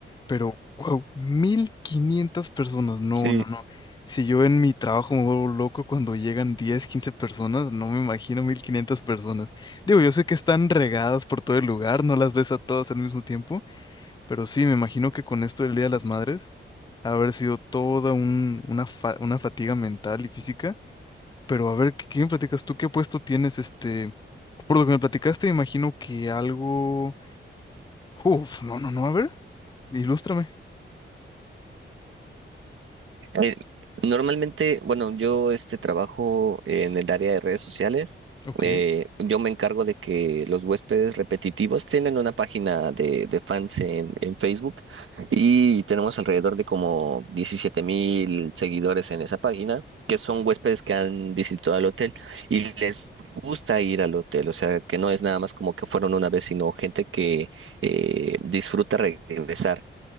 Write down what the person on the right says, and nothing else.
Sí,
Eh, normalmente, bueno, yo este trabajo en el área de redes sociales.
Eh, yo me encargo de que los huéspedes repetitivos tienen una página de, de fans en, en Facebook y tenemos alrededor de como diecisiete mil seguidores en esa página, que son huéspedes que han visitado el hotel y les gusta ir al hotel. O sea, que no es nada más como que fueron una vez, sino gente que eh, disfruta regresar